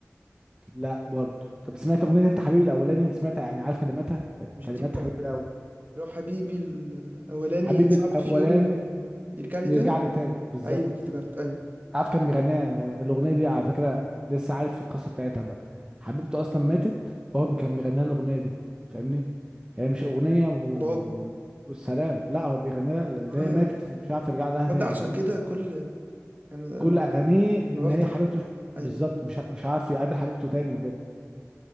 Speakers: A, on the right; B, on the right.
A: لا برضو طب سمعت اغنيه انت حبيبي الاولاني سمعت يعني عارف كلماتها
B: مش
A: كلمات
B: دي بتاعت
A: حبيبي الاول
B: لو حبيبي الاولاني
A: حبيبي
B: صعب
A: الاولاني
B: في يوم آه، يرجع لي
A: يرجع
B: تاني
A: لي تاني بالظبط
B: ايوه افتكرت ايوه
A: عارف كان بيغنيها الاغنيه دي على فكره لسه عارف القصه بتاعتها بقى حبيبته اصلا ماتت وهو بي- كان بيغني لها الاغنيه دي فاهمني هي مش اغنيه و...
B: طب هو
A: والسلام لا هو بيغني لها اللي
B: اه
A: هي ماتت فمش عارف يرجع لها
B: تصدق
A: تاني
B: عشان
A: فاهمني
B: كده كل يعني لما
A: كل
B: ب-
A: اغانيه
B: لما
A: ان
B: بفتح
A: هي حبيبته مش...
B: ايوه
A: بالظبط مش ع- مش عارف يقابل حبيبته تاني وكده